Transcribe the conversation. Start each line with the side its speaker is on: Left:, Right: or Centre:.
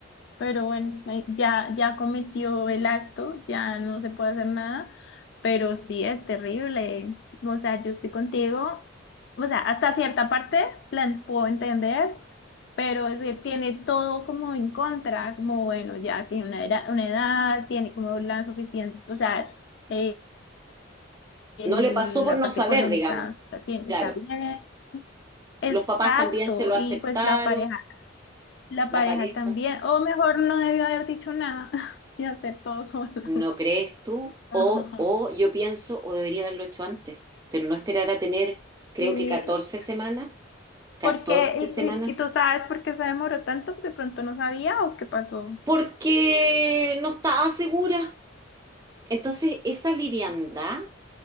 Left: Pero bueno, eh, ya, ya cometió el acto, ya no se puede hacer nada, pero sí es terrible. O sea, yo estoy contigo. O sea, hasta cierta parte la en- puedo entender, pero es que tiene todo como en contra, como bueno, ya tiene una edad, una edad, tiene como la suficiente, o sea, eh, el-
Right: No le pasó por
Left: la
Right: no
Left: parte
Right: saber,
Left: económica
Right: digamos,
Left: está, tiene-
Right: claro.
Left: está bien. Exacto.
Right: Los papás también se lo
Left: Y
Right: aceptaron,
Left: pues la pareja la
Right: la
Left: pareja
Right: pareja.
Left: también, o mejor no debió haber dicho nada <laughs> y hacer todo sola.
Right: ¿No crees tú?
Left: <laughs> Ajá.
Right: O, o yo pienso, o debería haberlo hecho antes, pero no esperar a tener, creo
Left: Sí,
Right: que catorce semanas, 14
Left: porque,
Right: semanas,
Left: y, y- y tú sabes por qué se demoró tanto, de pronto no sabía o qué pasó.
Right: porque no estaba segura. Entonces, esa liviandad